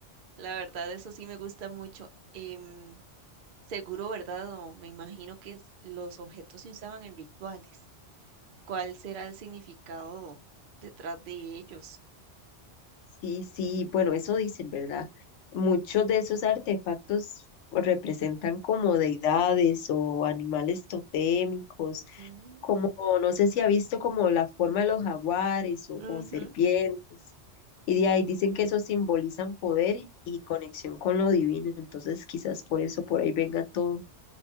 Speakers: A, on the right; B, on the left.
A: La verdad, eso sí me gusta mucho. Em, seguro, ¿verdad? O me imagino que es- los objetos se usaban en rituales. ¿Cuál será el significado detrás de ellos?
B: Sí, sí, bueno, eso dicen, ¿verdad? Muchos de esos artefactos representan como deidades o animales totémicos
A: Mm,
B: como no sé si ha visto como la forma de los jaguares o,
A: ujú.
B: o serpientes, y de ahí dicen que eso simbolizan poder y conexión con lo divino, entonces quizás por eso por ahí venga todo.